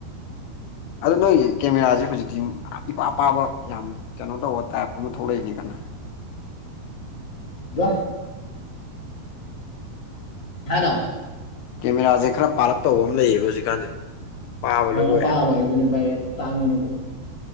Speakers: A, on the left; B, on the left.
A: ꯑꯗꯣ ꯅꯣꯏꯒꯤ ꯀꯦꯃꯦꯔꯥꯥꯁꯦ ꯍꯧꯖꯤꯛꯇꯤ ꯏꯄꯥ ꯄꯄꯥꯕ ꯌꯥꯝ ꯀꯩꯅꯣ ꯇꯧꯕ ꯇꯥꯏꯞ ꯑꯃ ꯊꯣꯛꯂꯛꯏꯅꯤ ꯀꯣ <inaudible>
B: ꯋꯥꯍ <inaudible> ꯍꯥꯏꯅ
A: ꯀꯦꯃꯦꯔꯥꯁꯦ ꯈꯔ ꯄꯥꯔꯞ ꯇꯧꯕ ꯑꯃ ꯂꯩꯌꯦꯕ ꯍꯧꯖꯤꯛꯀꯥꯟꯁꯦ ꯄꯥꯕ
B: ꯍꯣꯏ
A: ꯂꯣꯏ ꯑꯣꯏ
B: ꯄꯥꯕꯈꯩꯗꯨꯅꯤ
A: ꯍꯥꯏꯕꯁꯦ
B: ꯚꯥꯏ ꯇꯥꯡꯕꯅꯤ ꯑꯗꯨ